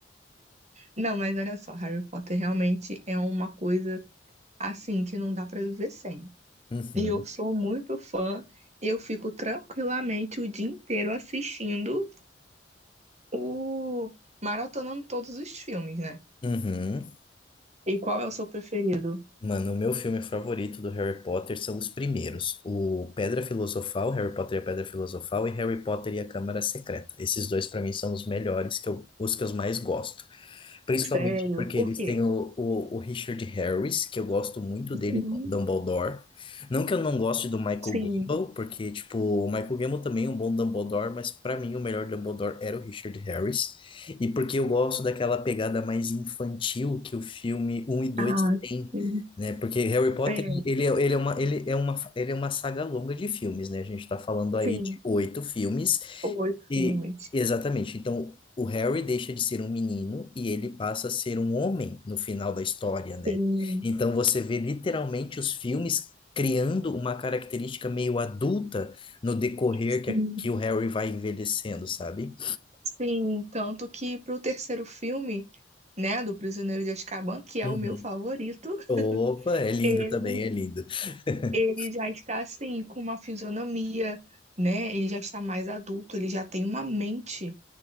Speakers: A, on the right (about 40°); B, on the left (about 30°).
A: Não, mas olha só, Harry Potter realmente é uma coisa assim que não dá pra viver sem.
B: <laughs>
A: E Eu sou muito fã, eu fico tranquilamente o dia inteiro assistindo o maratonando todos os filmes, né?
B: Uhum, uhum.
A: E qual é o seu preferido?
B: Mano, o meu filme favorito do Harry Potter são os primeiros. O Pedra Filosofal, Harry Potter e a Pedra Filosofal, e Harry Potter e a Câmara Secreta. Esses dois, pra mim, são os melhores, que eu, os que eu mais gosto. Principalmente
A: Sério?
B: porque
A: Por
B: eles
A: quê?
B: têm o, o, o Richard Harris, que eu gosto muito dele
A: Sim.
B: como Dumbledore. Não que eu não goste do Michael
A: Sim.
B: Gambon, porque, tipo, o Michael Gambon também é um bom Dumbledore, mas pra mim o melhor Dumbledore era o Richard Harris. E porque eu gosto daquela pegada mais infantil que o filme um e dois
A: Ah,
B: tem,
A: sim.
B: né? Porque Harry Potter,
A: É,
B: ele é, ele é uma, ele é uma, ele é uma saga longa de filmes, né? A gente tá falando aí
A: sim.
B: de oito filmes,
A: Oito
B: e,
A: filmes.
B: exatamente. Então, o Harry deixa de ser um menino e ele passa a ser um homem no final da história, né?
A: Sim,
B: Então, você vê literalmente os filmes criando uma característica meio adulta no decorrer
A: sim,
B: que, é, que o Harry vai envelhecendo, sabe?
A: sim. Tanto que pro terceiro filme, né, do Prisioneiro de Azkaban, que é
B: Uhum.
A: o meu favorito,
B: Opa, é lindo
A: ele,
B: também, é lindo. <laughs>
A: ele já está, assim, com uma fisionomia, né? Ele já está mais adulto, ele já tem uma mente.